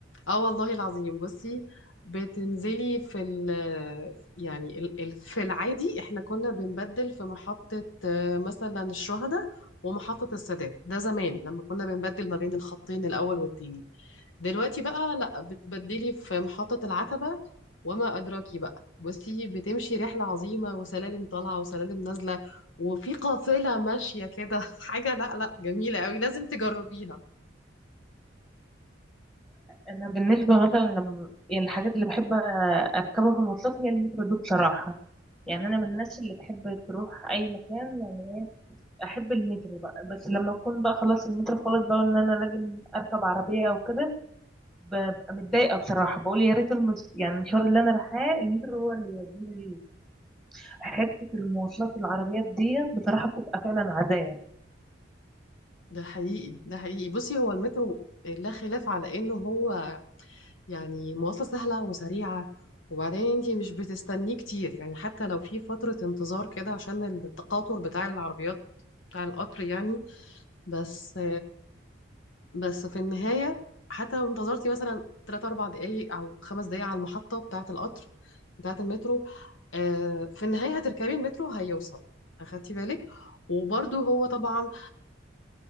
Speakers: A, on the left; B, in the centre.
A: اه والله العظيم بصي بتنزلي في ال يعني ال ال في العادي احنا كنا بنبدل في محطة آه، مثلا الشهداء ومحطة السادات ده زمان لما كنا بنبدل ما بين الخطين الأول والتاني دلوقتي بقى لا بتبدلي في محطة العتبة وما أدراكي بقى بصي بتمشي رحلة عظيمة وسلالم طالعة وسلالم نازلة وفي قافلة ماشية كده <laughs> حاجة لا لا جميلة قوي لازم تجربيها
B: انا بالنسبه مثلا لما يعني الحاجات اللي بحب اركبها في المواصلات هي المترو دي بصراحه يعني انا من الناس اللي تحب تروح اي مكان يعني احب المترو بقى بس لما اكون بقى خلاص المترو خلاص بقى ان انا لازم اركب عربيه او كده ببقى متضايقه بصراحه بقول يا ريت المز... يعني المشوار اللي انا رايحاه المترو هو اللي يوديني ليه حته المواصلات العربيات ديت بصراحه بتبقى فعلا عذاب
A: ده حقيقي ده حقيقي بصي هو المترو لا خلاف على انه هو يعني مواصلة سهلة وسريعة وبعدين انتي مش بتستنيه كتير يعني حتى لو في فترة انتظار كده عشان التقاطر بتاع العربيات بتاع القطر يعني بس بس في النهاية حتى لو انتظرتي مثلا 3 4 دقايق أو 5 دقايق على المحطة بتاعة القطر بتاعة المترو آه، في النهاية هتركبي المترو هيوصل أخدتي بالك وبرضه هو طبعا